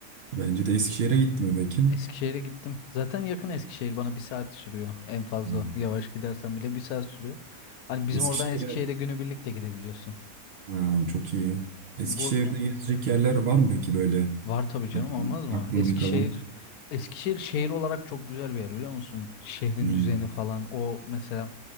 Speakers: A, on the right (about 55°); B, on the left (about 90°).
A: bence de Eskişehir'e gitti mi peki?
B: Eskişehir'e gittim. Zaten yakın Eskişehir bana bir saat sürüyor en fazla.
A: Hmm.
B: Yavaş gidersen bile bir saat sürüyor. Hani bizim
A: Eskişehir'e
B: oradan Eskişehir'e günübirlik de gidebiliyorsun.
A: ha, çok iyi. Eskişehir'de
B: Bur
A: gezecek yerler var mı peki böyle?
B: var tabii canım
A: Aklım-
B: olmaz mı?
A: Aklımda
B: Eskişehir
A: kalan.
B: Eskişehir şehir olarak çok güzel bir yer biliyor musun? Şehrin
A: Hmm,
B: düzeni falan o mesela